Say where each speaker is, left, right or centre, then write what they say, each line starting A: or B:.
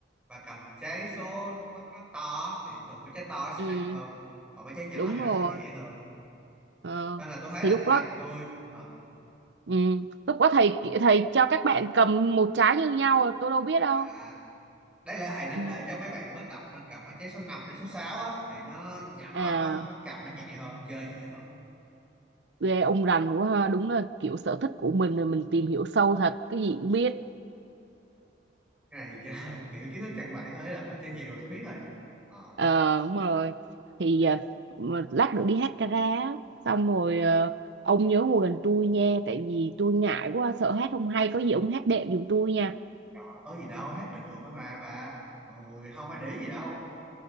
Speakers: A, in the centre; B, on the right.
A: bà cầm trái số nó, nó to thì thường mấy trái to nó sẽ
B: ừ,
A: nặng hơn còn mấy trái nhỏ
B: đúng
A: thì nó
B: rồi.
A: sẽ nhẹ hơn
B: Ờ,
A: nên là tôi thấy
B: thì
A: là
B: lúc
A: thầy
B: đó
A: tôi ờ,
B: ừ. lúc đó thầy thầy cho các bạn cầm một trái như nhau tôi đâu biết đâu
A: à, đáng lẽ thầy nên
B: ừ.
A: để cho mấy bạn mới tập nên cầm mấy trái số 5 đến số 6 á thì nó nhỏ
B: à
A: nó nó cầm nó nhẹ hơn chơi dễ hơn
B: ghê ông rành quá ha đúng là kiểu sở thích của mình rồi mình tìm hiểu sâu thật cái gì cũng biết
A: cái này <laughs> kiểu kiểu kiến thức căn bản thôi ý là mà chơi nhiều mà sẽ biết thôi ờ
B: ờ đúng rồi thì à, mà lát nữa đi hát karaoke á, xong rồi à, ông nhớ ngồi gần tôi nha tại vì tôi ngại quá sợ hát không hay có gì ông hát đệm giùm tôi nha
A: trời ơi, có gì đâu hát bình thường thôi mà bà mọi người không ai để ý gì đâu